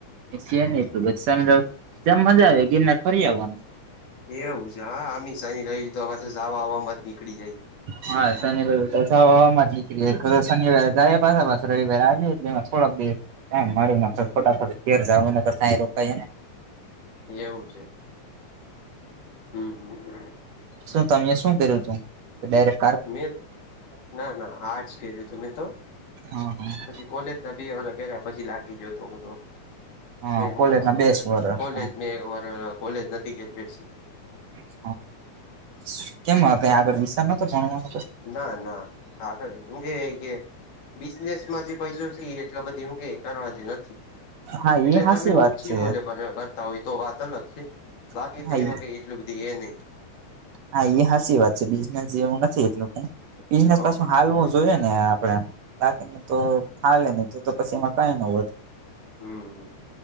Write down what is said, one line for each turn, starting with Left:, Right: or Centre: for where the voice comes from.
Right: શે નઈ <unintelligible> શનિ-રવ ત્યાં મજા આવે ગિરનાર ફરી આવવાનું.
Left: એવું છે. હા, અમી શનિ-રવિ તો પાસું જાવા આવામાં જ નીકળી જાય.
Right: હા, શનિ-રવિ તો જાવા-આવામાં જ નીકળી જાય. <unintelligible> શનિવારે જાય પાસા પાસ રવિવારે આવીએ <unintelligible> થોડાક દ મળીને ખોટા થ ઘેર જાવ એના અહીંયા તો થાય. રોકાયને
Left: એવું છે? હમ્મ હ.
Right: શું તમે શું કર્યું તું? ડાયરે
Left: મે ના ના, આટૅસ કર્યું હતું મે તો
Right: હ હ.
Left: પછી કોલેજના બે વરહ કર્યા. પછી લાગી જ્યો તો હું તો.
Right: હા
Left: ને ખોટા
Right: કોલેજ ના
Left: હુ
Right: બેસ
Left: કે
Right: વર્ષ
Left: કોલેજ મેં અમારે કોલેજ નથી કરવી <unintelligible>
Right: હ હ, કેમ અ કઈ આગળ વિસાર નતો ભણવા
Left: ના ના આગળ હું ગેય લાઈગી બિઝનેસ માંથી પૈસો છે એટલો બધી હું કેય કરવા જેવો નથી.
Right: હા
Left: એટલે
Right: એ હાસી
Left: તમે
Right: વાત
Left: ઉછી
Right: છે
Left: ઓલે પણ <inaudible> કરતા હોય તો વાત અલગ છે, બાકી
Right: હા
Left: તો એમાં કઈ એટલું બધી હે નહી.
Right: હા એ સાચી વાત છે બિઝનેસ જેવું નથી એટલું બિઝનેસ
Left: હ
Right: પાછું હાલવો જોઈય ને આ આપડા બાકીને તો હાલે ન ત તો પછી માં કઈ ન હો
Left: હમ.